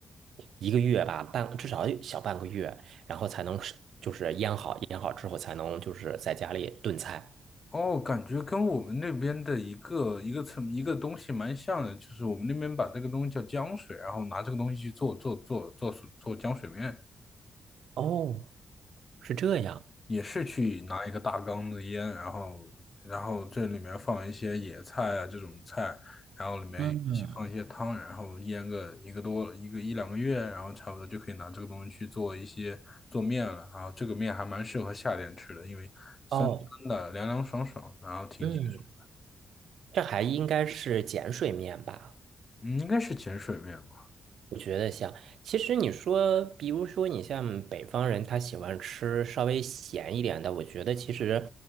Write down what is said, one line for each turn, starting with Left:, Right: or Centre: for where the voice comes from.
Right: 一个月吧，半至少小半个月，然后才能是就是腌好，腌好之后才能就是在家里炖菜。
Left: 哦，感觉跟我们那边的一个一个层一个东西蛮像的，就是我们那边把这个东西叫浆水，然后拿这个东西去做做做做水做浆水面，
Right: 哦，是这样。
Left: 也是去拿一个大缸子腌，然后然后这里面放一些野菜啊这种菜，然后里面一起放一些汤，
Right: 嗯，
Left: 然后腌个一个多一个一两个月，然后差不多就可以拿这个东西去做一些做面了，然后这个面还蛮适合夏天吃的，因为酸酸的凉凉爽爽，
Right: 哦，
Left: 然后挺解暑，
Right: 嗯，这还应该是碱水面吧？
Left: 嗯，应该是碱水面吧。
Right: 我觉得像，其实你说，比如说你像北方人，他喜欢吃稍微咸一点的。我觉得其实，